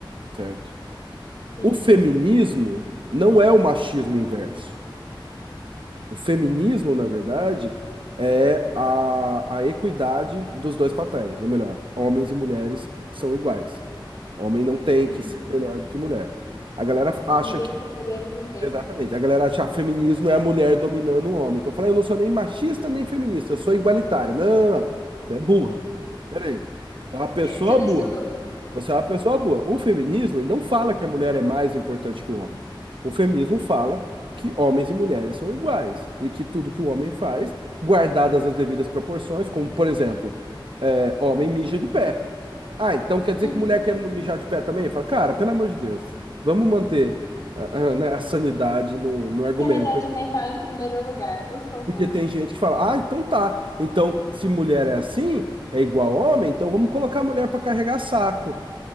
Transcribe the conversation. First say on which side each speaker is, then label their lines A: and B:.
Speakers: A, on the right; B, on the left.
A: certo?
B: Sim.
A: O feminismo não é o machismo inverso. O feminismo, na verdade, é a, a equidade dos dois papéis, ou melhor, homens e mulheres são iguais. Homem não tem
B: Uhum.
A: que ser melhor do que mulher. A galera acha
B: Ninguém
A: que
B: é superior a ninguém,
A: Exatamente.
B: né?
A: A galera acha que feminismo é a mulher dominando o homem. Então eu falei, "Ah, eu não sou nem machista nem feminista, eu sou igualitária. Não, não, não. Você é burra. Peraí. Você é uma pessoa
B: Você não
A: burra.
B: estudou.
A: Você é uma pessoa boa. O feminismo, ele não fala
B: Uhum.
A: que a mulher é mais importante que o homem. O feminismo fala que homens e mulheres são iguais e que tudo que o homem faz, guardadas as devidas proporções, como, por exemplo, é, homem mija de pé. Ah, então quer dizer
B: Uhum.
A: que mulher quer mijar de pé também? Fala, cara, pelo amor de Deus, vamos manter ah, ah, né, a sanidade no, no argumento
B: Sanidade
A: aqui.
B: mental em primeiro lugar, por favor.
A: Porque tem gente que fala, ah, então tá. Então, se mulher é assim, é igual homem, então vamos colocar a mulher para carregar saco.